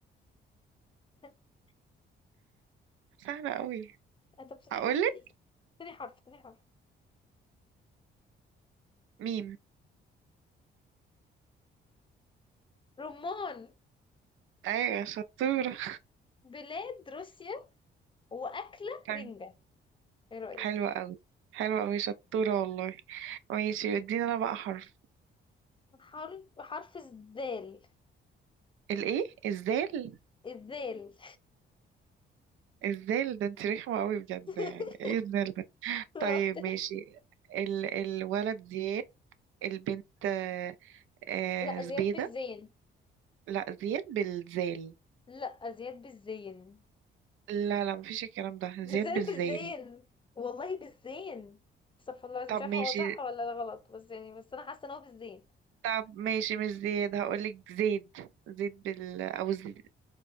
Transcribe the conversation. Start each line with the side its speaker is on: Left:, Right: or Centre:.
Left: <laughs>
Right: سهلة قوي
Left: آه، طب ثاني
Right: هقولك
Left: حرف ايه تاني حرف تاني حرف
Right: ميم
Left: رمان
Right: ايوه شطورة
Left: بلاد روسيا واكلة
Right: <laughs>
Left: رنجة ايه رأيك
Right: حلوة قوي حلوة قوي شطورة والله ماشي ادينا انا بقى حرف
Left: حرف حرف الذال
Right: الايه الزال
Left: الذال
Right: الزال ده انت رخمة قوي بجد
Left: <laughs>
Right: يعني ايه الزال ده
Left: أنا
Right: طيب
Left: قلت لك-
Right: ماشي ال... الولد زياد البنت آه، آه،
Left: لا
Right: زبيدة
Left: زياد بالزين
Right: لا زياد بالزال
Left: لا زياد بالزين
Right: لا لا مفيش الكلام ده
Left: بالذات
Right: زياد بالزال
Left: بالزين والله بالزين استغفر الله العظيم
Right: طب
Left: مش عارفه
Right: ماشي
Left: هو صح ولا ده غلط بس يعني بس انا حاسه ان هو بالزين
Right: طب ماشي مش زياد هقولك زيد زيد بال او زي...